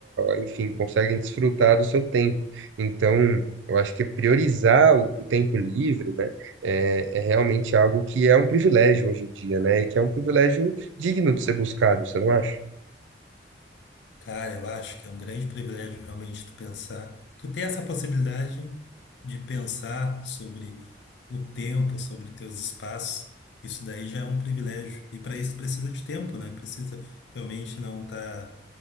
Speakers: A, on the right; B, on the left.
A: enfim, conseguem desfrutar do seu tempo. Então, eu acho que priorizar o o tempo livre, né? é, é realmente algo que é um privilégio hoje em dia, né? E que é um privilégio digno de ser buscado, você não acha?
B: Cara, eu acho que é um grande privilégio realmente tu pensar, tu ter essa possibilidade de pensar sobre o tempo, sobre teus espaços. Isso daí já é um privilégio. E para isso precisa de tempo, né? Precisa realmente não estar